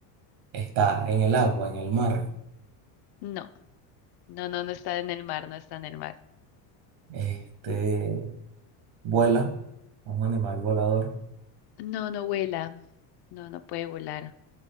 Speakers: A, on the right; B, on the left.
A: está en el agua, en el mar.
B: no, no, no, no está en el mar, no está en el mar.
A: Este, vuela, es un animal volador,
B: No, no vuela. No, no puede volar.